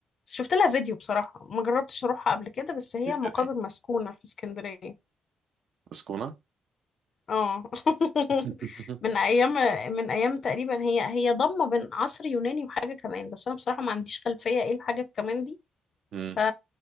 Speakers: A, on the left; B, on the right.
A: شفت لها فيديو بصراحه ما جربتش اروحها قبل كده بس هي
B: دي
A: مقابر
B: دي
A: مسكونه في اسكندريه
B: مسكونة
A: اه <laughs>
B: <laughs>
A: من ايام من ايام تقريبا هي هي ضمه بين عصر يوناني وحاجه كمان بس انا بصراحه ما عنديش خلفيه ايه الحاجه كمان دي
B: امم
A: ف